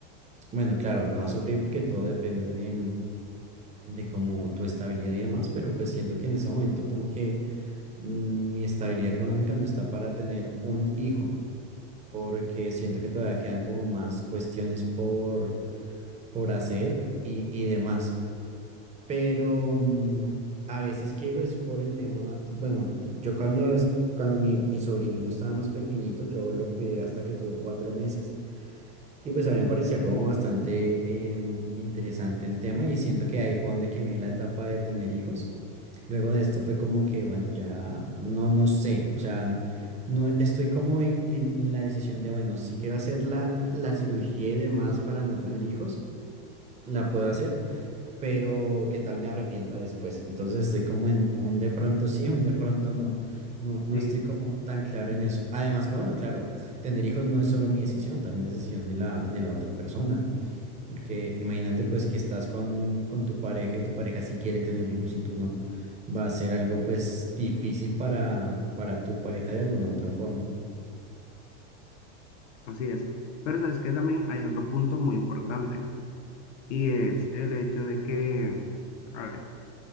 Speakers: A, on the right; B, on the left.
A: bueno, claro, no a sufrir porque todo depende de, mm, de como tu estabilidad y demás, pero pues siento que en ese momento como que mm, mi estabilidad económica no está para tener un hijo, porque siento que todavía quedan como más cuestiones por, por hacer y, y demás. Pero mm, a veces quiero es por el tema, bueno, yo cuando, es- cuando mi, mi sobrinito estaba más pequeñito, yo lo cuidé hasta que tuvo cuatro meses. Y pues a mí me parecía como bastante em, interesante el tema y siento que ahí fue donde quemé la etapa de tener hijos. Luego de esto fue como que, bueno, ya no, no sé, o sea, no estoy como en, en la decisión de, bueno, si quiero hacer la, la cirugía y demás para no tener hijos, la puedo hacer, pero qué tal me arrepienta después. Entonces estoy como en un de pronto sí, un de pronto no. No, no
B: Sí.
A: estoy como tan claro en eso. Además que bueno, claro, tener hijos no es solo mi decisión, también es decisión de la, de la otra persona. Porque imagínate pues
B: sí.
A: que estás con, con tu pareja y tu pareja sí quiere tener hijos y tú no. Va a ser algo pues difícil para, para tu pareja de alguna u otra forma.
B: Así es. Pero sabes que también hay otro punto muy importante y es el hecho de que, a ver,